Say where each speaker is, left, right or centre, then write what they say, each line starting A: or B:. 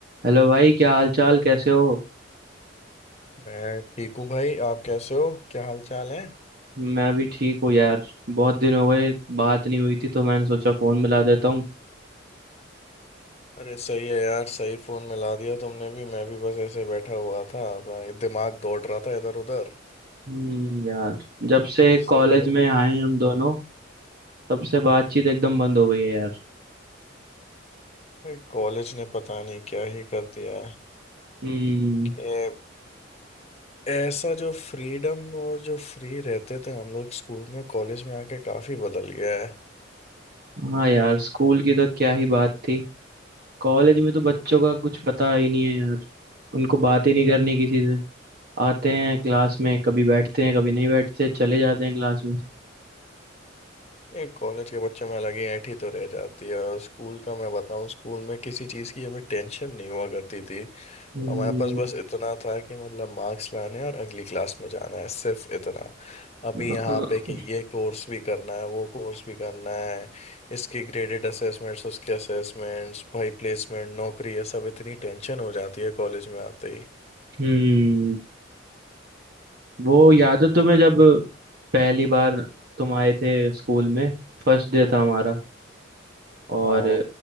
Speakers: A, on the right (about 50°); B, on the left (about 35°).
A: हेलो भाई क्या हाल चाल कैसे हो
B: मैं ठीक हूँ भाई आप कैसे हो क्या हाल चाल है
A: मैं भी ठीक हूँ यार बहुत दिन हो गए बात नहीं हुई थी तो मैंने सोचा फोन मिला देता हूँ
B: अरे सही है यार सही फोन मिला दिया तुमने भी मैं भी बस ऐसे बैठा हुआ था भाई दिमाग दौड़ रहा था इधर उधर
A: हम्म यार जब से कॉलेज
B: सही है
A: में आए हैं हम दोनों तब से बातचीत एकदम बंद हो गई है यार
B: भाई कॉलेज ने पता नहीं क्या ही कर दिया है
A: हम्म
B: कि ऐसा जो फ्रीडम और जो फ्री रहते थे हम लोग स्कूल में कॉलेज में आके काफी बदल गया है
A: हाँ यार स्कूल की तो क्या ही बात थी कॉलेज में तो बच्चों का कुछ पता ही नहीं है यार उनको बात ही नहीं करनी किसी से आते हैं क्लास में कभी बैठते हैं कभी नहीं बैठते चले जाते हैं क्लास में
B: ये कॉलेज के बच्चों में अलग ही ऐंठ ही तो रह जाती है और स्कूल का मैं बताऊं स्कूल में किसी चीज़ की हमें टेंशन नहीं हुआ करती थी
A: हम्म
B: हमारे पास बस इतना था कि मतलब मार्क्स लाने और अगली क्लास में जाना है सिर्फ इतना अभी
A: अ-
B: यहाँ
A: अ-
B: पे कि ये कोर्स भी करना है वो कोर्स भी करना है इसके ग्रेडेड असेसमेंट्स उसके असेसमेंट्स भाई प्लेसमेंट नौकरी ये सब इतनी टेंशन हो जाती है कॉलेज में आते ही
A: हम्म वो याद है तुम्हें जब पहली बार तुम आए थे स्कूल में फर्स्ट डे था हमारा और
B: हाँ